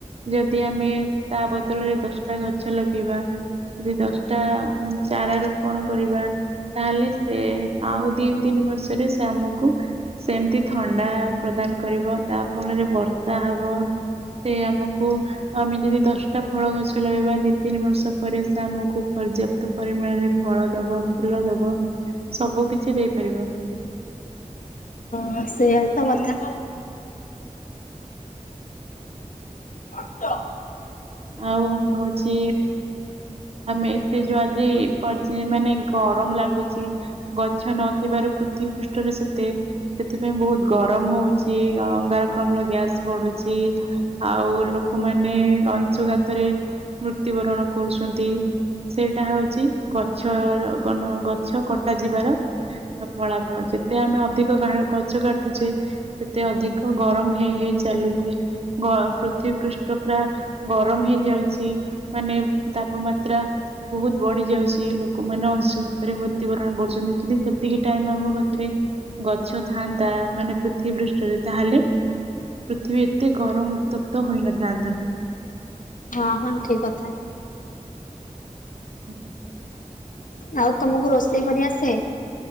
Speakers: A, on the right; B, on the left.
A: ଯଦି ଆମେ ତା ବଦଳରେ ଦଶଟା ଗଛ ଲଗେଇବା ଯଦି ଦଶ ଟା ଚାରା ରୋପଣ କରିବା ତାହେଲେ ସେ ଆଉ ଦି ତିନି ବର୍ଷରେ ଆମକୁ ସେମିତି ଥଣ୍ଡା ପ୍ରଦାନ କରିବ ତା ଫଳରେ ବର୍ଷା ହବ। ସେ ଆମକୁ ଆମେ ଯଦି ଦଶଟା ଫଳ ଗଛ ଲଗେଇବା ଦି ତିନି ବର୍ଷ ପରେ ସେ ଆମକୁ ପର୍ଯ୍ୟାପ୍ତ ପରିମାଣରେ ଫଳ ଦବ ଫୁଲ ଦବ। ସବୁ କିଛି ଦେଇପାରିବ।
B: ହଁ ସେୟାତ କଥା। <unintelligible>
A: ଆଉ ମୁଁ ହଉଛି ଆମେ ଏତେ ଯୋଉ ଆଜି ମାନେ ଗରମ ଲାଗୁଛି। ଗଛ ନଥିବା ରୁ ପୃଥିବୀ ପୃଷ୍ଠରେ ସେ ସେଥିପାଇଁ ବହୁତ ଗରମ ହଉଛି ଅଙ୍ଗାରକାମଳ ଗ୍ୟାସ୍ ବଢୁଛି ଆ ଆଉ ଲୋକମାନେ ଅଂଶୁଘାତରେ ମୃତ୍ୟୁବରଣ କରୁଛନ୍ତି। ସେଇଟା ହଉଛି ଗଛର ଗଛ କଟା ଯିବାର ଫଳା ଫଳ ଯେତେ ଆମେ ଅଧିକା ଗଛ କାଟୁଛେ ସେତେ ଅଧିକ ଗରମ ହେଇ ହେଇ ଚାଲୁଛି ଗ ପୃଥିବୀ ପୃଷ୍ଠ ପୁରା ଗରମ ହେଇଯାଉଛି। ମାନେ ତାପମାତ୍ରା ବହୁତ ବଢି ଯାଉଛି। ଲୋକମାନେ ଅଂଶୁ ଘାତ ରେ ମୃତ୍ୟୁବରଣ କରୁଛନ୍ତି। ଯଦି ସେତିକି ଟାଇମ ଆମ ପାଖରେ ଗଛ ଥାଆନ୍ତା ମାନେ ପୃଥିବୀ ପୃଷ୍ଠରେ ତାହେଲେ ପୃଥିବୀ ଏତେ ଗ ଗରମ ଉତ୍ତପ୍ତ ହୋଇ ନଥାନ୍ତା।
B: ହଁ ହଁ ଠିକ କଥା।
A: <inaudible>
B: ଆଉ ତମକୁ ରୋଷେଇ କରି ଆସେ?